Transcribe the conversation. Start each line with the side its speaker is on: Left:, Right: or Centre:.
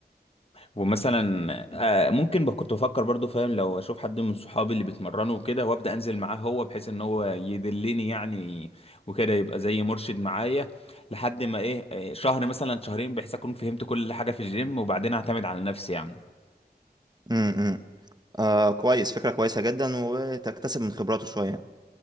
Left: ومثلا آه، ممكن بقى كنت بفكر برضو فاهم لو اشوف حد من صحابي اللي بيتمرنوا وكده وابدا انزل معاه هو بحيث ان هو يدلني يعني وكده يبقى زي مرشد معايا لحد ما ايه آه، شهر مثلا شهرين بحيث اكون فهمت كل حاجه في الجيم وبعدين اعتمد على نفسي يعني
Right: امم آه كويس فكرة كويسة جدا وتكتسب من خبراته شوية